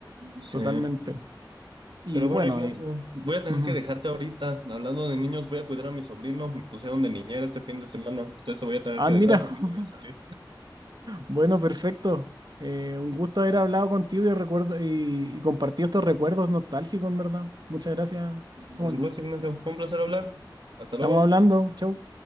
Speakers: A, on the right; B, on the right.
A: Sí.
B: Totalmente. Y
A: Pero
B: bueno,
A: bueno, Ignacio,
B: y-
A: voy a tener
B: ujú.
A: que dejarte ahorita. Hablando de niños, voy a cuidar a mi sobrino. Me pusieron de niñera este fin de semana, entonces te voy a tener
B: Ah,
A: que
B: mira.
A: dejar porque
B: <laughs>
A: yo voy a salir.
B: Bueno, perfecto. Eh, un gusto haber hablado contigo y, recuerdo, y, y compartido estos recuerdos nostálgicos, en verdad. Muchas gracias, Samuel.
A: Por supuesto, Ignacio, fue un placer hablar. Hasta
B: Estamos
A: luego.
B: hablando. Chau.